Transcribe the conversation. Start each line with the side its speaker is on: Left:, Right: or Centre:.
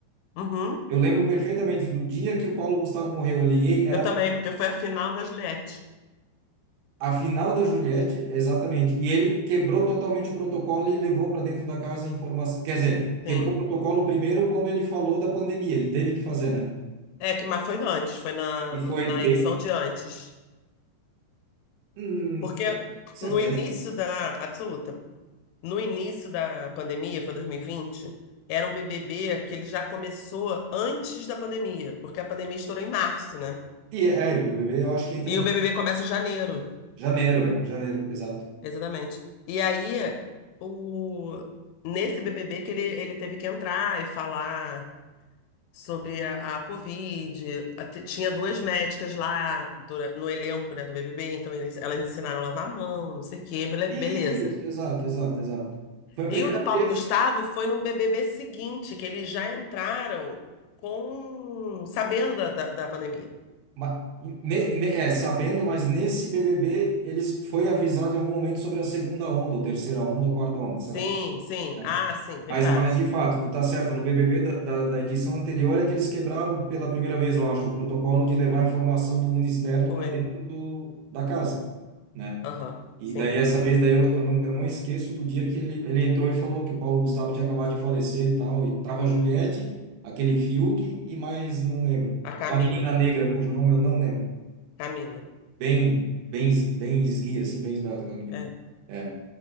Left: uhum.
Right: Eu lembro perfeitamente do dia que o Paulo Gustavo morreu. Eu liguei, era
Left: Eu também, porque foi a final da Juliette.
Right: A final da Juliette, exatamente. E ele quebrou totalmente o protocolo e levou para dentro da casa a informação. Quer dizer, quebrou
Left: Sim.
Right: o protocolo primeiro quando ele falou da pandemia. Ele teve que fazer, né?
Left: É, que, mas foi antes, foi na,
Right: E foi
Left: na
Right: bem.
Left: edição de antes.
Right: Hum,
Left: Porque
Right: certeza.
Left: no início da. Absoluta. No início da pandemia, foi 2020, era um BBB que ele já começou antes da pandemia, porque a pandemia estourou em março, né?
Right: E é, é, o BBB eu acho que entra
Left: E
Right: em
Left: o BBB começa em janeiro,
Right: janeiro, é. Janeiro, exato.
Left: exatamente. E aí, o... nesse BBB que ele, ele teve que entrar e falar. sobre a, a Covid. A te- Tinha duas médicas lá dura- no elenco, né, do BBB, então eles, elas ensinaram a lavar a mão, não sei o quê, bele-
Right: Isso,
Left: beleza.
Right: exato, exato, exato. Foi a primeira
Left: E o do Paulo
Right: vez.
Left: Gustavo foi no BBB seguinte, que eles já entraram com sabendo da, da, da pandemia.
Right: ma- ne- ne- é, sabendo, mas nesse BBB eles foi avisado em algum momento sobre a segunda onda, ou terceira onda, ou quarta onda,
Left: Sim,
Right: sei lá.
Left: sim.
Right: né?
Left: Ah, sim, verdade.
Right: Mas, mas de fato, tu tá certa. No BBB da, da, da edição anterior é que eles quebraram pela primeira vez, eu acho, o protocolo de levar a informação do mundo externo
Left: Foi.
Right: para dentro do, da casa, né?
Left: Aham,
Right: E
Left: sim.
Right: daí essa vez daí eu, eu não eu não esqueço do dia que ele ele entrou e falou que o Paulo Gustavo tinha acabado de falecer e tal, e tava a Juliette, aquele Fiuk e mais não lembro.
Left: A Camila.
Right: Uma menina negra cujo nome eu não lembro.
Left: Camila.
Right: Bem bem es- bem esguia assim, bem esbelta aquela menina.
Left: É.
Right: É.